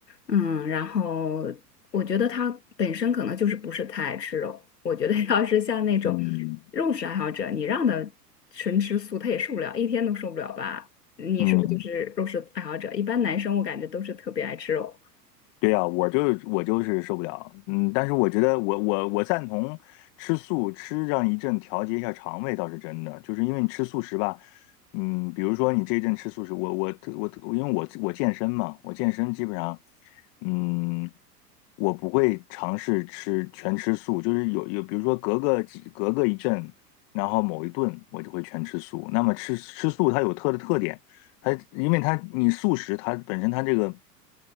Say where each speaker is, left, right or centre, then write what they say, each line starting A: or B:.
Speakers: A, on the left (about 75°); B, on the left (about 45°).
A: 嗯，然后我觉得他本身可能就是不是太爱吃肉，我觉得 <laughs> 要是像那种
B: 嗯，
A: 肉食爱好者，你让他纯吃素，他也受不了，一天都受不了吧？你是不是就是肉食爱好者？
B: 嗯，
A: 一般男生我感觉都是特别爱吃肉。
B: 对呀，我就我就是受不了，嗯，但是我觉得我我我赞同吃素，吃上一阵调节一下肠胃倒是真的，就是因为你吃素食吧，嗯，比如说你这一阵吃素食，我我我我因为我我健身嘛，我健身基本上，嗯，我不会尝试吃全吃素，就是有有比如说隔个几隔个一阵，然后某一顿我就会全吃素。那么吃吃素它有特的特点，它因为它你素食它本身它这个